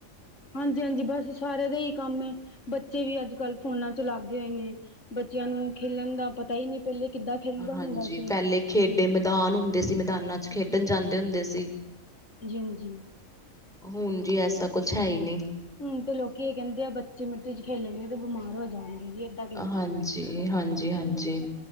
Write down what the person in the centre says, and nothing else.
ਹਾਂਜੀ
ਪਹਿਲੇ ਖੇਡੇ ਮੈਦਾਨ ਹੁੰਦੇ ਸੀ, ਮੈਦਾਨਾਂ ਚ ਖੇਡਣ ਜਾਂਦੇ ਹੁੰਦੇ ਸੀ।
ਹੁਣ ਜੀ, ਐਸਾ ਕੁਛ ਹੈ ਈ ਨੀ।
ਹਾਂਜੀ,
ਹਾਂਜੀ-ਹਾਂਜੀ।